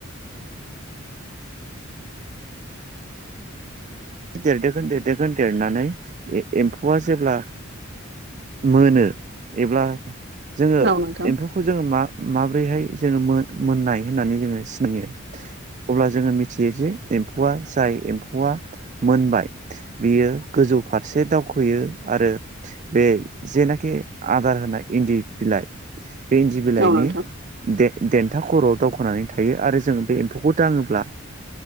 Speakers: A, on the right (about 35°); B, on the right (about 55°).
A: देरदोखोन देरदोखोन देरनानै एमफौआ जेब्ला मोनो एब्ला जोङो
B: औ नोंथां
A: एमफौ खौ जोङो मा माब्रैहाय जोङो मोन मोननाय होननानै जोङो सिनायो अब्ला जोङो मिथियो जे एमफौआ जाय एमफौआ मोनबाय बियो गोजौ फारसे दावखोयो आरो बे जेनाखि आदार होनाय इनदि बिलाइ बे इनदि बिलाइनि
B: औ नोंथां
A: दे देनथा खर'आव दावखोनानै थायो आरो जों बे एमफौखौ दाङोब्ला